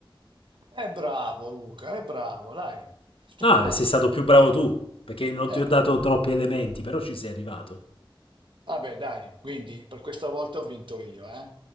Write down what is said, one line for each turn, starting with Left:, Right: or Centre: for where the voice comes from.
Right: è bravo Luca, è bravo, dai. <laughs> È stato-
Left: No, vabbè, sei stato più bravo tu, perché non
Right: Eh,
Left: ti ho dato troppi elementi, però ci sei arrivato.
Right: vabbè, dai, quindi per questa volta ho vinto io, eh.